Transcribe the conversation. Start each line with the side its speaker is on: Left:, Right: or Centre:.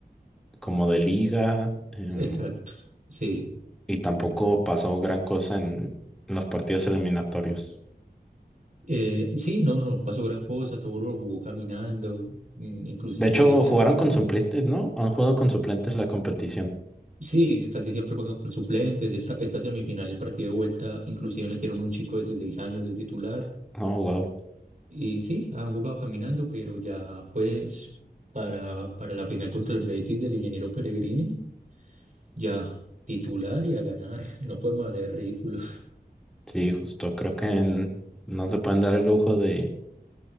Centre: como de liga em,
Right: Exacto, sí.
Centre: y tampoco pasó gran cosa en los partidos eliminatorios.
Right: Eh, sí, no, no, pasó gran cosa, todo lo jugó caminando, mm, inclusive,
Centre: De hecho, jugaron
Right: en,
Centre: con suplentes, ¿no? Han jugado con suplentes la competición.
Right: sí, casi siempre juegan con suplentes. Esta, esta semifinal, el partido de vuelta, inclusive metieron un chico de 16 años de titular.
Centre: Oh, wow.
Right: Y sí, han jugado caminando, pero ya pues para, para la final contra el Betis del ingeniero Peregrini. Ya, titular y a ganar. <laughs> No podemos hacer ridículos.
Centre: Sí, justo, creo que en- no se pueden dar el lujo de,